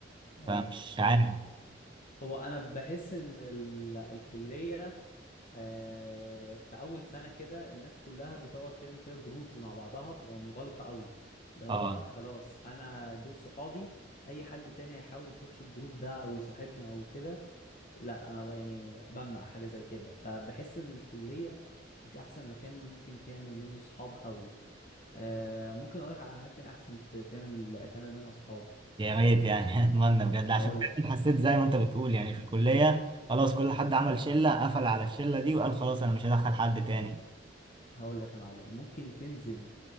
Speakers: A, on the left; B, on the right.
A: اه
B: فمش
A: طب
B: عارف
A: هو انا بحس ان ال... الكليه آه في اول سنه كده الناس كلها بتقعد تعمل كده جروبز مع بعضها بتبقى منغلقه قوي اللي هو
B: اه
A: خلاص انا دول صحابي اي حد تاني هيحاول يخش الجروب ده او يصاحبني او كده لا انا ب- يعني بمنع حاجه زي كده فبحس ان الكليه مش احسن مكان ممكن تعمل منه صحاب قوي آه ممكن اقولك على اماكن احسن ت- تعمل تعمل منها صحاب
B: يا ريت يعني <laughs> اتمنى بجد عشان
A: هقول
B: فعلاً
A: لك
B: حسيت زي ما انت بتقول يعني في الكلية خلاص كل حد عمل شلة قفل على الشلة دي وقال خلاص انا مش هدخل حد تاني
A: هقول لك يا معلم ممكن تنزل